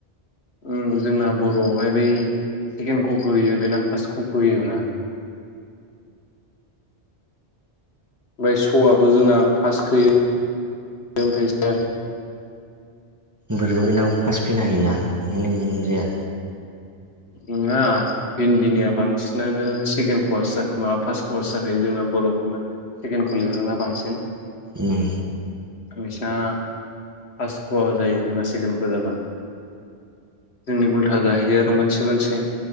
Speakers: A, on the left (about 70°); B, on the right (about 15°).
A: उम जोंना बर'आवहाय बै सेकेणड खक' होयो बेना फार्स्ट कखौ' होयोब्रा। ओमफाय स'आबो जोंना फास्टखोयो। <unintelligible>
B: बोरैबा बेनाबो फार्स्ट फैना हैयना ‌ओंखायनो इनियनो जाया
A: नङा हिन्दिनिया बांसिनानो सेकेणड क ज माबा फार्स्ट कवास जाखायो। जोंना बर'फोरना सेकेणड कलिरोना बांसिन
B: उम
A: बिसना फार्स्ट ख आजायो जोंना सेकेणड ख जागोन जोंनि उल्था जाहैयो आरो मोनसे मोनसे